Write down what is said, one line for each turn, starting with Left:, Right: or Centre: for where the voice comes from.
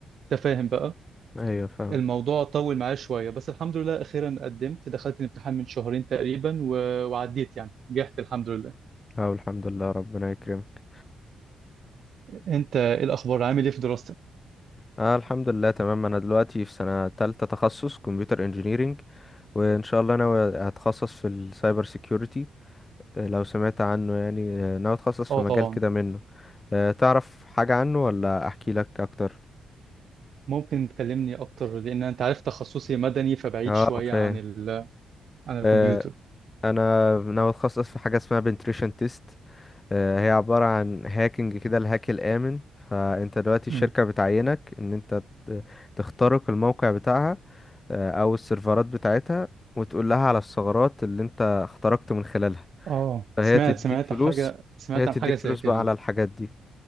Right: تفاهم بقى
Left: ايوه فاهم
Right: الموضوع طول معايا شوية بس الحمد لله أخيرا قدمت دخلت الامتحان من شهرين تقريبا و... وعديت يعني نجحت الحمد لله
Left: اه الحمد لله ربنا يكرمك
Right: أنت إيه الأخبار عامل إيه في دراستك؟
Left: اه الحمد لله تمام انا دلوقتي في سنة تالتة تخصص كمبيوتر انجينيرينج وان شاء الله انا هتخصص في السايبر سيكيورتي آه، لو سمعت عنه يعني آه، ناوي اتخصص في
Right: آه
Left: مجال
Right: طبعا
Left: كده منه آه، تعرف حاجة عنه ولا احكي لك اكتر
Right: ممكن تكلمني أكتر لأن أنت عارف تخصصي مدني فبعيد
Left: اه
Right: شوية
Left: فاهم
Right: عن ال... عن الكمبيوتر
Left: آه، انا ناوي اتخصص في حاجة اسمها بنتريشن تيست هي عبارة عن هاكينج كده الهاك الآمن فانت دلوقتي الشركة
Right: مم.
Left: بتعينك ان انت ت- تخترق الموقع بتاعها آه، او السيرفرات بتاعتها وتقول لها على الثغرات اللي انت اخترقت من خلالها
Right: آه
Left: فهي
Right: سمعت
Left: تديك
Right: سمعت
Left: فلوس
Right: حاجة سمعت
Left: هي تديك
Right: عن حاجة زي
Left: فلوس
Right: كده
Left: بقى على الحاجات دي